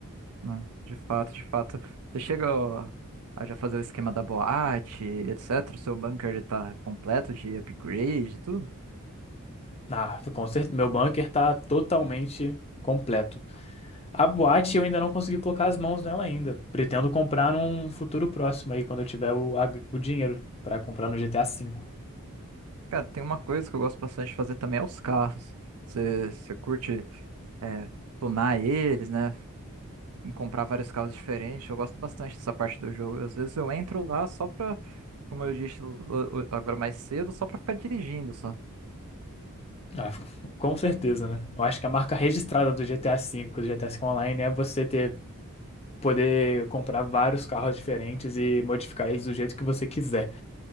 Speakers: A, on the right (about 80°); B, on the left (about 25°).
A: né? De fato, de fato. Você chega ó, a já fazer o esquema da boate, etc. O seu bunker ele tá completo de upgrade, e tudo.
B: Ah, com certeza, meu bunker tá totalmente completo. A boate eu ainda não consegui colocar as mãos nela ainda. Pretendo comprar num futuro próximo aí, quando eu tiver o, a- o dinheiro pra comprar no GTA V.
A: Cara, tem uma coisa que eu gosto bastante de fazer também é os carros. Você, você curte é, tunar eles, né? em Comprar vários carros diferentes. Eu gosto bastante dessa parte do jogo. Às vezes eu entro lá só pra, como eu disse o- o- agora mais cedo, só pra ficar dirigindo, só.
B: Ah, <laughs> com certeza, né? Eu acho que a marca registrada do GTA V, do GTA V Online, é você ter poder comprar vários carros diferentes e modificar eles do jeito que você quiser.